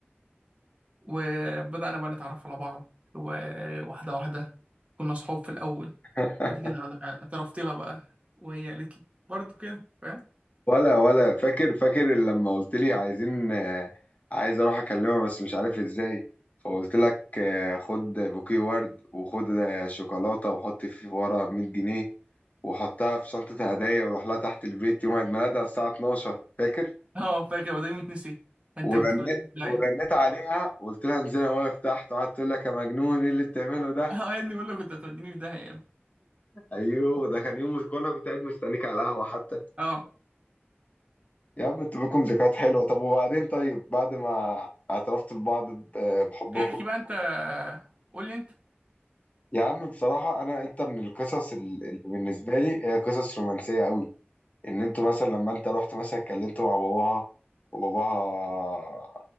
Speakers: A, on the right; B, on the left.
A: وبدأنا بقى نتعرف على بعض وواحدة واحدة كنا صحاب في الأول
B: <laughs>
A: بعد كده اعترفت لها بقى وهي قالت لي برضه كده فاهم
B: ولا ولا فاكر فاكر لما قلت لي عايزين آه، عايز اروح اكلمها بس مش عارف ازاي فقلت لك آه، خد بوكيه ورد وخد آه، شوكولاته وحط في ورا 100 جنيه وحطها في شنطه هدايا وروح لها تحت البيت يوم عيد ميلادها الساعه 12 فاكر
A: <laughs> اه فاكر وده يتنسي انت
B: ورنيت
A: كنت توديني في داهية
B: ورنيت عليها وقلت لها انزلي انا واقف تحت قعدت تقول لك يا مجنون ايه اللي بتعمله
A: <laughs>
B: ده
A: اه يا ابني بقول لك كنت هتوديني في داهية يا ابني
B: ايوه ده كان يوم كنا كنت قاعد مستنيك على القهوه حتى
A: اه
B: يا عم انتوا بكم ذكريات حلوه طب وبعدين طيب بعد ما اعترفت لبعض ب- بحبكم
A: احكي بقى انت قول لي انت
B: يا عم بصراحه انا انت من القصص ال- اللي بالنسبه لي هي قصص رومانسيه قوي ان انتوا مثلا لما انت رحت مثلا اتكلمت مع باباها وباباها